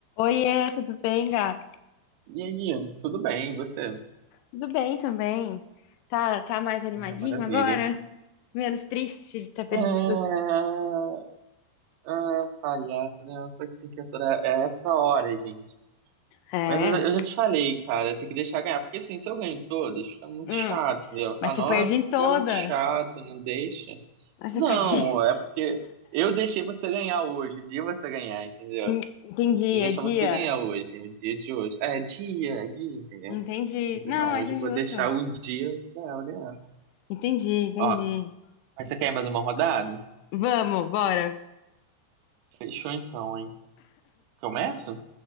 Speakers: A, on the left; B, on the right.
A: Oiê, tudo bem, Gá?
B: E aí, tudo bem, e você?
A: Tudo bem também. Tá, tá mais animadinho
B: Ah, maravilha.
A: agora? Menos triste de ter perdido?
B: Ah, ah, palhaço, né? Só que tem que aturar. É essa hora, gente.
A: É,
B: Mas eu, já eu já te falei, cara, tem que deixar ganhar. Porque assim, se eu ganho todas, fica muito
A: hum,
B: chato, entendeu? Fala,
A: mas você
B: nossa,
A: perde em
B: que
A: todas.
B: garoto chato, não deixa.
A: Mas
B: Não,
A: você perde. <laughs>
B: é porque eu deixei você ganhar hoje, o dia você ganhar, entendeu?
A: Hum, Entendi,
B: Eu deixar
A: é dia.
B: você ganhar hoje, o dia de hoje. É, dia, dia, entendeu?
A: Entendi.
B: Eu falei,
A: Não,
B: Não,
A: acho
B: hoje eu vou
A: justo.
B: deixar o dia dela ganhar.
A: Entendi, entendi.
B: Ó, mas você quer mais uma rodada?
A: Vamos, bora.
B: Fechou então, hein? Começo?